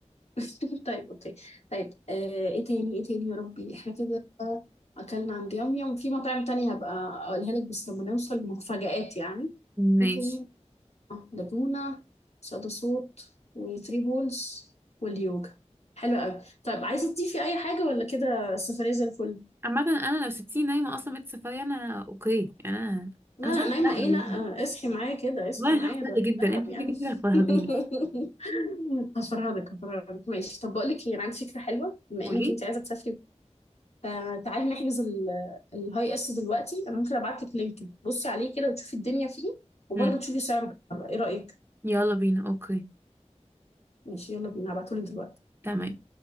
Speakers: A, on the left; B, on the right.
A: <laughs> طيب اوكي طيب آه ايه تاني ايه تاني يا ربي احنا كده اكلنا عند يوم يوم في مطاعم تانية هبقى اقولها لك بس لما نوصل مفاجآت يعني
B: ماشي
A: ايه تاني آه، لاجونا صدى صوت وثري بولز واليوجا حلو قوي طيب عايزه تضيفي اي حاجه ولا كده السفريه زي الفل
B: عامة انا لو سبتيني نايمة اصلا بيت سفاري انا اوكي يعني انا
A: لا
B: انا شخص
A: لا نايمه
B: سهل
A: ايه لا آه، اصحي معايا كده اصحي
B: والله
A: معايا
B: أنا شخص سهل
A: ده
B: جدا
A: ده
B: انت شكلك
A: يعني
B: انت اللي هتفرهديني
A: <laughs> هفرهدك هفرهدك ماشي طب بقول لك ايه انا عندي فكره حلوه بما
B: قولي
A: انك انت عايزه تسافري آه، تعالي نحجز ال- الهاي اس دلوقتي انا ممكن ابعت لك لينك بصي عليه كده وتشوفي الدنيا فيه وبرضه
B: امم
A: تشوفي سعره بالمرة. ايه رايك
B: يلا بينا اوكي
A: ماشي يلا بينا هبعته لك دلوقتي
B: تمام